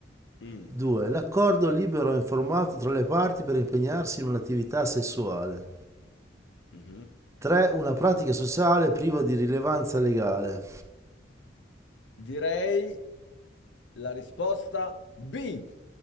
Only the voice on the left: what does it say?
Mm,
mhm.
Direi la risposta B.